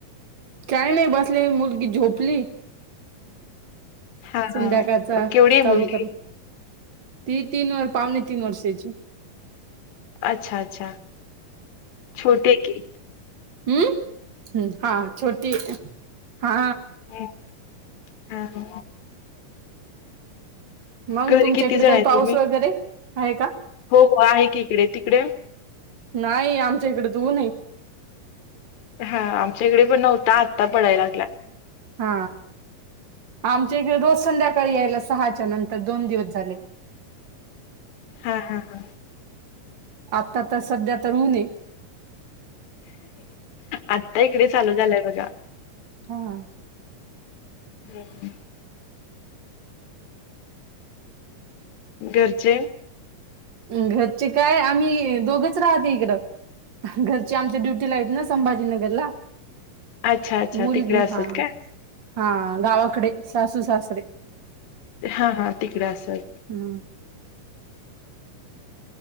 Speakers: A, on the right; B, on the left.
A: काय नाही बसले मुलगी झोपली
B: हा
A: संध्याकाळचा
B: हा केवढी आहे
A: चालू
B: मुलगी?
A: करे ती तीन व पावणे तीन वर्षाची
B: अच्छा अच्छा छोटे क
A: हम्म हम्म हा छोटी हा
B: ह हा
A: मग
B: घरी
A: तुमच्या
B: किती
A: इकडे
B: जण
A: काही
B: आहे
A: पाऊस
B: तुम्ही?
A: वगैरे आहे का
B: हो हो आहे की इकडे तिकडे
A: नाही आमच्या इकडे दोन आहे
B: हा आमच्या इकडे पण नव्हता आत्ता पडायला लागला
A: हा आमच्या इकडे रोज संध्याकाळी यायला सहाच्या नंतर दोन दिवस झाले
B: हा हा हा
A: आता तर सध्या तर होऊ नय
B: आता इकडे चालू झालंय बघा
A: हा
B: हम् हम घरचे
A: घरचे काय आम्ही दोघच राहते इकडं घर आमच्या डुटी ला आहेत ना संभाजीनगरला
B: अच्छा अच्छा
A: मुलगी
B: तिकडे असत
A: हा
B: काय
A: हा गावाकडे सासू सासरे
B: हा हा तिकडें असत
A: हम्म